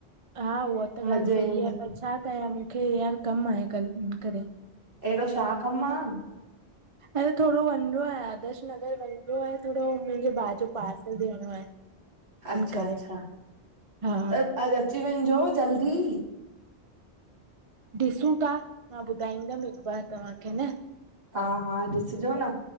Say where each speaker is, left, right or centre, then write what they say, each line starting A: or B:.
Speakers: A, on the right; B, on the right.
A: हा उहा त
B: मज़ो
A: ॻाल्हि सही
B: ईंदो
A: आहे पर छा कयां मूंखे यार कमु आहे कल्ह, हिन करे।
B: अहिड़ो छा कमु आ?
A: अरे थोड़ो वंञणो आहे, आदर्श नगर वंञिणो आहे थोड़ो, मुंहिंजे भाउ जो पार्सल ॾियणो आहे। इन
B: अच्छा-
A: करे
B: अच्छा!
A: हा
B: त अ अची वंञजो जल्दी।
A: ॾिसूं था! मां ॿुधाईंदमि हिकु बार तहांखे, न।
B: हा- हा ॾिसजो न,